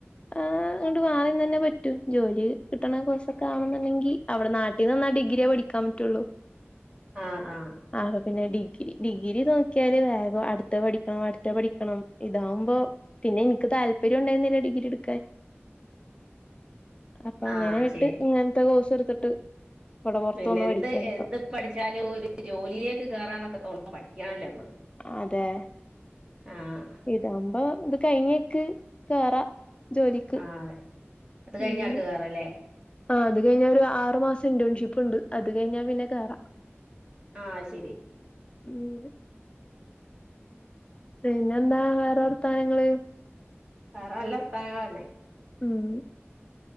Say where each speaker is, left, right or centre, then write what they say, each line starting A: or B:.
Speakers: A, on the left (about 25°); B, on the right (about 20°).
A: അങ്ങോട്ട് മാറിന്നന്നെ പറ്റു ജോലി കിട്ട്ണ കോഴ്സക്കെ ആണെന്ന്ണ്ടെങ്കിൽ അവിടെ നാട്ടിൽ നിന്ന്ന്നാ ഡിഗ്രിയേ പഠിക്കാൻ പറ്റുള്ളൂ
B: ആഹ് ആഹ്
A: ആപ്പ പിന്നെ ഡിഗ്രി ഡിഗ്രി നോക്കിയാല് വേഗം അടുത്ത പഠിക്കണം അടുത്ത പഠിക്കണം ഇതാവുമ്പോ പിന്നെ ഇൻക്ക് താല്പര്യണ്ടായിരുന്നില്ല ഡിഗ്രി എട് അപ്പ
B: ആ
A: അങ്ങനെയിട്ട്
B: ശരി
A: ഇങ്ങൻത്തെ കോഴ്സ് എടുത്തിട്ട് വടെ പൊറത്ത്
B: പിന്നെ
A: വന്ന്
B: എന്ത്
A: പഠിക്കാണ്
B: എന്ത്
A: ഇപ്പ.
B: പഠിച്ചാലും ഒരു ജോലിയിലേക്ക് കേയറാന്നൊക്കെ തോന്നും പഠിക്കണല്ലമ്മ
A: അതെ
B: ആഹ്
A: ഇതാ പുമ്പോ ഇത് കഴിഞ്ഞേക്ക് കേറാ ജോലിക്ക്
B: ആ അതെ അത് കഴിഞ്ഞ
A: അങ്ങനെ
B: അടെ കേറല്ലേ
A: ആഹ് അത് കഴിഞ്ഞാ ഒരു ആറ് മാസം ഇന്റേൺഷിപ്പ് ഇണ്ട് അത് കഴിഞ്ഞാ പിന്നെ കേറാം
B: ആഹ് അയ്ശരി
A: <unintelligible> പിന്നെന്താ വേറെ വർത്തനങ്ങള്
B: വേറെ നല്ല വാർത്തനങ്ങളഞ്ഞെ
A: ഉം